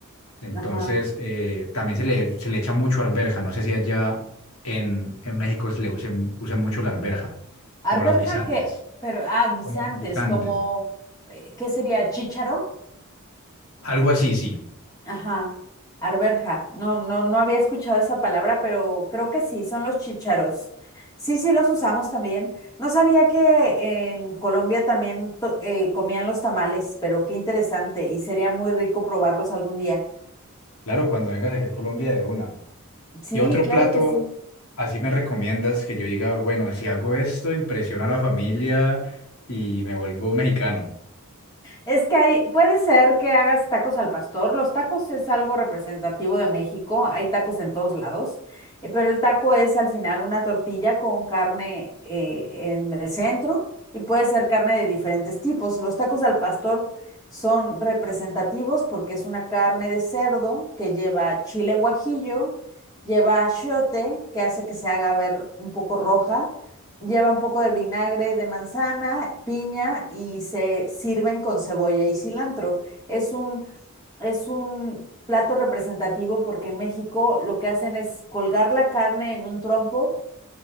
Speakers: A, on the left (about 85°); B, on the left (about 20°).
A: Entonces,
B: ajá.
A: eh, también se le, se le echa mucho arveja. No sé si allá en, en México se le usen, usen mucho la arveja, como
B: Arberja
A: los guisantes,
B: que, pero, ah, guisantes,
A: como guisantes.
B: como, eh, ¿qué sería? ¿Chícharo?
A: Algo así, sí.
B: Ajá, arberja. No, no, no había escuchado esa palabra, pero creo que sí, son los chícharos. Sí, sí, los usamos también. No sabía que en Colombia también to- eh, comían los tamales, pero qué interesante y sería muy rico probarlos algún día.
A: Claro, cuando vengas aquí a Colombia de una.
B: Sí,
A: ¿Qué otro
B: claro
A: plato
B: que sí.
A: así me recomiendas que yo diga, bueno, si hago esto, impresiona a la familia y me vuelvo mexicano?
B: Es que hay, puede ser que hagas tacos al pastor. Los tacos es algo representativo de México. Hay tacos en todos lados, eh, pero el taco es al final una tortilla con carne eh, en el centro y puede ser carne de diferentes tipos. Los tacos al pastor son representativos porque es una carne de cerdo que lleva chile guajillo, lleva achiote, que hace que se haga ver un poco roja Lleva un poco de vinagre de manzana, piña y se sirven con cebolla y cilantro. Es un, es un plato representativo porque en México lo que hacen es colgar la carne en un trompo